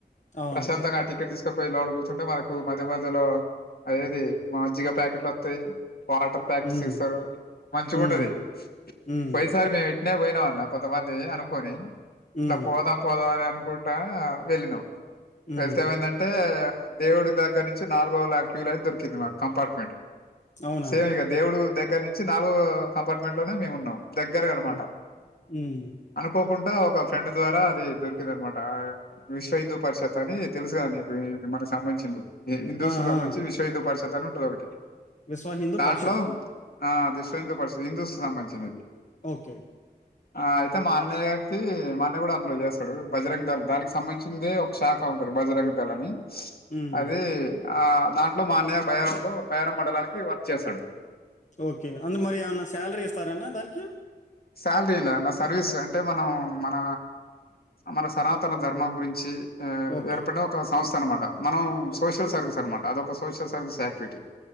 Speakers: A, on the left; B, on the left.
A: అవును
B: ప్రశాంతంగా ఆ టికెట్ తీసుకొని పొయ్యి లోపల కూర్చుంటే మనకు మధ్య మధ్యలో అదేది మజ్జిగ ప్యాకెట్లు వత్తయి వాటర్ ప్యాకెట్స్
A: ఉమ్,
B: ఇస్తారు మంచిగా
A: ఉమ్,
B: ఉంటది
A: ఉమ్,
B: పోయినసారి మేం అట్నే పోయినాంఅన్న కొంతమంది అనుకొని ఇట్లా
A: ఉమ్.
B: పోదాం పోదాం అని అను అనుకుంటా వెళ్ళినాం
A: హ్మ్.
B: వెళ్తె ఏమైందంటే దేవుడి దగ్గర నుంచి నాలుగోల క్యూ లైన్ దొరికింది మా కంపార్ట్మెంట్
A: అవునా!
B: సేమ్ ఇక దేవుడు దగ్గర నుంచి నాలుగో కంపార్ట్మెంట్ లోనే మేము ఉన్నాం దగ్గర అనమాట
A: హ్మ్. హ్మ్.
B: అనుకో అనుకోకుండా ఒక ఫ్రెండ్ ద్వారా అది దొరికింద అనమాట విశ్వహిందూ పరిషత్ అని తెలుసు గా నీకు ఇది మనకి సంబంధించింది హిందూస్
A: ఆ!
B: కి సంబధించి
A: ఆ!
B: విశ్వహిందూ పరిషత్ అని ఉంటది ఒకటి
A: విశ్వ హిందూ
B: దాంట్లో
A: పరిషత్
B: ఆ అది విశ్వహిందు పరిషత్ హిందూస్ కి సంబంధించిన దది
A: ఓకే
B: ఆ అయితే మా అన్నయ్యకి మా అన్నయ్య కూడా అందులో చేస్తాడు బజరంగదళ్ దానికి సంబంధించిందే ఒక శాఖ బజరంగదళ్ అని
A: హ్మ్.
B: అది ఆ దాంట్లో మా అన్నయ్య బయారంలో బయారం మండలానికి వర్క్ చేశాడు
A: ఓకే అందు మరి ఏమన్నా శాలరీ ఇస్తారాన్న దానికి
B: శాలరీనా అన్న సర్వీస్ అంటే మనం మన మన సనాతన ధర్మం గురించి
A: ఓకే.
B: ఏర్పడిన ఒక సంస్థ అనమాట మనం
A: ఓ
B: సోషల్ సర్వీస్ అనమాట అదొక సోషల్ సర్వీస్ యాక్టివిటీ